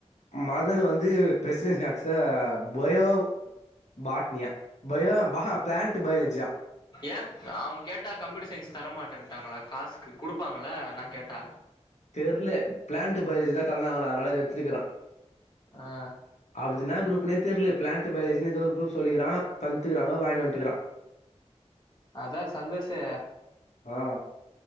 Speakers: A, on the left (about 80°); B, on the left (about 40°).
A: மதன் வந்து பிரெசிடென்சி ஆக்ச பயோ பாட்னியா பயோ ம்ஹுபிளான்ட் பயாலஜியா
B: ஏன் அவுங்க கேட்டா கம்ப்யூட்டர் சயின்ஸ் தர மாட்டேன்ட்டாங்ளா காசுக்கு குடுப்பாங்கள்ள நா கேட்டா
A: தெர்ல பிளான்ட் பயாலஜிதா தந்தாங்ளா அதனால இது எத்துக்கிறான்
B: ஆ
A: ஆபிஸ் இது என்னா குரூப்னே தெர்ல பிளான்ட் பயாலஜினு எதோ ஒரு குரூப் சொல்லிக்கிறான் தண்ட்டு இருக்கிறாங்கோ வாங்கினு வந்ட்டுருக்கா
B: அதான் சந்தோஷு
A: ஆ